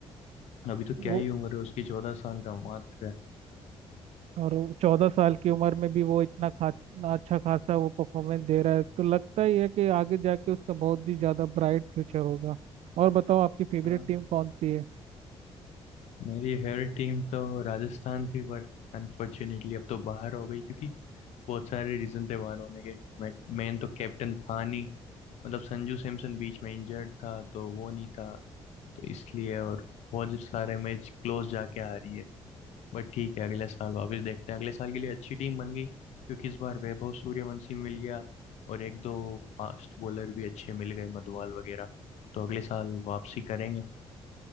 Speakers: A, on the left; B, on the right.
A: अभी तो क्या
B: वो
A: ही उम्र है उसकी चौदह साल का मात्र है
B: और चौदह साल की उम्र में भी वो इतना खा इतना अच्छा खासा वो परफॉर्मेंस दे रहा है तो लगता ही है कि आगे जाके उसका बहुत ही ज्यादा ब्राइट फ्यूचर होगा और बताओ आपकी फेवरेट
A: हाँ
B: टीम कौन सी है
A: मेरी फेवरेट टीम तो राजस्थान थी पर अनफॉर्चुनेटली अब तो बाहर हो गई क्योंकि बहुत सारे रीजन थे बाहर होने के मैं मेन तो कैप्टन था नहीं मतलब संजू सैमसन बीच में इंजर्ड था तो वो नहीं था तो इसलिए और बहुत सारे मैच क्लोज जाके आ रही है बट ठीक है अगले साल वापस देखते हैं अगले साल के लिए अच्छी टीम बन गई क्योंकि इस बार वैभव सूर्यवंशी मिल गया और एक दो फास्ट बॉलर भी अच्छे मिल गए मधवाल वगैरह तो अगले साल वापसी करेंगे